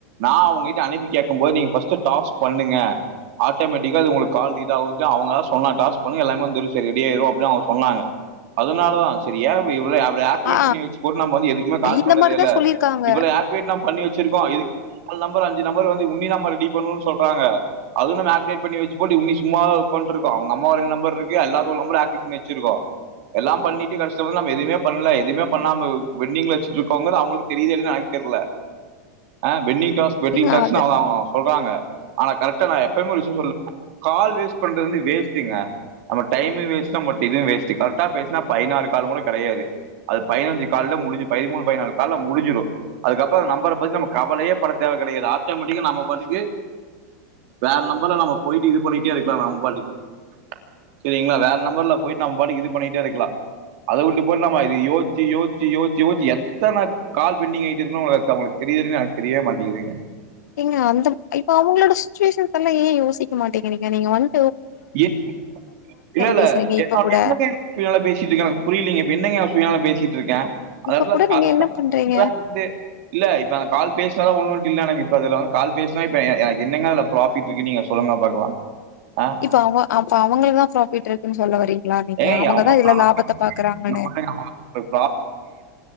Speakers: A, on the right (about 55°); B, on the left (about 80°).
A: நா அவுங்கிட் ட அனுப்பி கேக்கும் போது நீங்க ஃபஸ்ட்டு டாக்ஸ் பண்ணுங்க ஆட்டமேட்டிக்கா அது உங்களுக் கால் இதாவு சொல்லி அவுங்கதா சொன்னா டாஸ்க் பண்ணி எல்லாமெ வந்துரு செரி ரெடியாயிரு அப்டின்‌ அவுங்க சொன்னாங்க அதுனாலதா செரி ஏ இப்டி இவ்ளொ எ ப்டி ஆக்டிவேட்
B: ஆ
A: பண்ணி வச்சுபோட்டு நம்ம வந்து எதுக்குமே கால்
B: இந்த
A: பண்றதேல்ல
B: மாரிதா சொல்லிருக்காங்க
A: இவள ஆக்டிவேட் நா பண்ணி வச்சுருக்கோ இது அல் நம் பர் அஞ்சு நம்பர் வந்து உன்னி நம்ம ரெடி பண்ணுன் சொல்றாங்க அது நம்ம ஆக்டிவேட் பண்ணி வச்சிபோட்டு உன்னி சும்மா தா உக்கான்ட்ருக்கோ அவுங் நம்ம ஒரு நம்பர்ருக்கு எல்லாத்தோ நம்பரு ஆக்டிவெட் பண்ணி வச்சிருகோ எல்லாம் பண்ணிட்டு கடைசில நம்ம எதுமே பண்ல எதுமே பண்லாம பென்டிங்ல வச்சுட்ருக்கோங்கற்து அவுங்களுக்கு தெரியிதா இல்லயான் ஆருக்கு தெர்ல ஆ பென்டிங்ட பென்டிங்
B: நீங்க
A: டாஸ்க்னு
B: அது
A: அவ அவுங்க சொல்றாங்க ஆனா கரட் டா நா எப்பய்மே ஒரு விஷ்ய சொல்லு கால் வேஸ் பண்றது வந்து வேஸ்ட்டுங்க நம்ம டைமு வேஸ்ட்டு நம்ம இது வேஸ்ட்டு கரட்டா பேசுனா பைனாறு காலுங் கூட கெடயாது அது பைனஞ்சு கால்ல முடுஞ்சு பைமூனு பைனாலு கால்ல முடுஞ்சுரு அதுக்கப்பற நம்பர பத்தி நம்ம கவலையே பட தேவ கெடயாது ஆட்டோமெட்டிக்கா நம்ம பாட்டுக்கு வேற நம்பர்ல நம்ம போயிட்டு இது பண்ணிட்டே இருக்லா நம்ம பாட்டுக்கு செரிங்ளா வேற நம்பர்ல போயிட்டு நம் பாட்டுக்கு இது பண்ணிட்டேருக்லா அத விட்டு போட் நம்ம இத யோச்சு யோச்சு யோச்சு யோச்சு எத்தன கால் பென்டிங் ஆயிட்டே இருக்குன் ஒங்கள த அவுங்களுக் தெரியிதா இல்லயான் எனக் தெரியவே மாட் டிக்குதுங்க
B: ஏங்க அந்த இப்ப அவுங்களோட சுச்சிவேஷன்பல்லா ஏ யோசிக் க மாட்டிக்கிறிங்க நீங்க வந்
A: என் இல்லெல்ல
B: பேசுறீங்க
A: <unintelligible> என்னங்க
B: இப்ப கூட
A: சுயநலா பேசிட்ருக்கே எனக்கு புரியிலெங்க இப்ப என்னங்க நா சுயநலமா பேசி ட்ருக்கே அந்த
B: இப்ப
A: எடத்துல
B: கூட நீங்க என்ன பண்றீங்க
A: <inaudible> வந்து இல்ல இப்ப நா கால் பேசுனா தா ஒன்னூன்டு இல்ல எனக்கு இப்ப அதுலால் கால் பேசுனா இப்ப‌ என எனக்கு என்னங்க அதுல ப்ராஃபிட்ருக்கு நீங்க சொல்லுங்க பாக்கலா ஆ
B: இப்ப அவ அப்ப அவுங்களுக்தா ப்ராஃபிட் இருக்குன் சொல்ல வரிங்ளா நீங்க
A: ஏய்
B: அவுங்கதா
A: அவங்க
B: இதுல
A: ப்ராஃபிட்
B: லாபத்த
A: இருக்கு
B: பாக்குறாங்கனு
A: நீங்க பாருங்க, அவங்களுக்கு